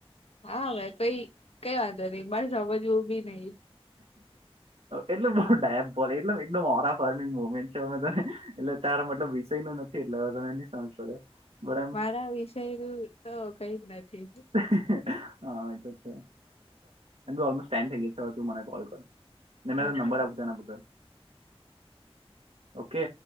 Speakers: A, on the left (about 75°); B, on the right (about 70°).
A: હા ભાઈ કઈ કઈ વાંધો નઈ મારે સમજવ બી નઈિ
B: એટલે બહ ડાયબ બોલ એટ એકદમ ઓરા ફર્મિંગ મોમેન્ટ છેમે તને એટલે તારા મતલબ વિષય નું નથી એટલે તને ન સમજ પડે બરાબ
A: મારા વિષય નું તો કઈ જ નથી.
B: <inaudible> હા એ છે એલમો ટાઈમ થ ગ હો તું મને કલ કર ને મે તો
A: ઓકે
B: નંબર આપખતાના બધા ઓકે